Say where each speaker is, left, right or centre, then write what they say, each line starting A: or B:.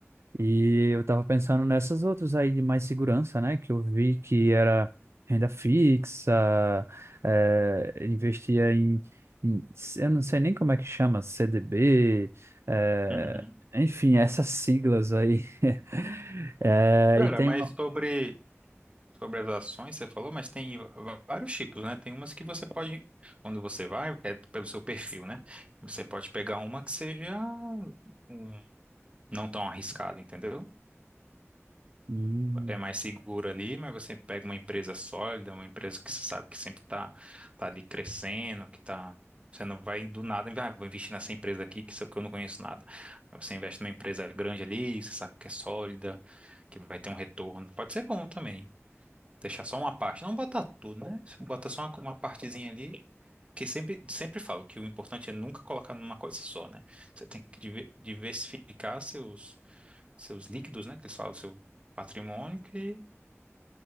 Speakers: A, on the right; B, on the right.
A: E eu tava pensando nessas outras aí de mais segurança, né? Que eu vi que era renda fixa, eh, investia em, em- eu não sei nem como é que chama, CDB, eh,
B: Uhum.
A: enfim, <laughs> essas siglas aí. <laughs> Eh,
B: Cara,
A: e tem
B: mas
A: uma.
B: sobre, sobre as ações, você falou, mas tem va- vários tipos, né? Tem umas que você pode, quando você vai, é pelo seu perfil, né? Você pode pegar uma que seja um- não tão arriscada, entendeu?
A: Hum,
B: é mais seguro ali, mas você pega uma empresa sólida, uma empresa que você sabe que sempre está tá tá ali crescendo, que tá. Você não vai do nada, ah, vou investir nessa empresa aqui que, eu- que eu não conheço nada. Você investe numa empresa grande ali, que você sabe que é sólida, que vai ter um retorno. Pode ser bom também. Deixar só uma parte. Não botar tudo, né? Você Bota só uma, uma partezinha ali. Que sempre, sempre falo que o importante é nunca colocar numa coisa só, né? Você tem que diver- diversificar seus, seus líquidos, né? Que eles falam, seu patrimônio, que